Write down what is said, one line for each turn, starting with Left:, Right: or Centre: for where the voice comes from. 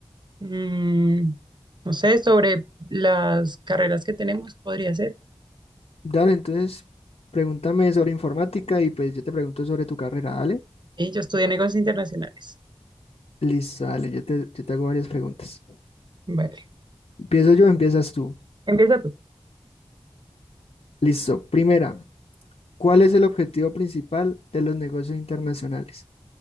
Right: Mm, no sé, sobre las carreras que tenemos, podría ser.
Left: Dale, entonces pregúntame sobre informática y pues yo te pregunto sobre tu carrera, dale.
Right: Y yo estudié negocios internacionales.
Left: Listo, dale, yo te, yo te hago varias preguntas.
Right: Vale,
Left: ¿Empiezo yo o empiezas tú?
Right: empieza tú.
Left: Listo, primera, ¿cuál es el objetivo principal de los negocios internacionales?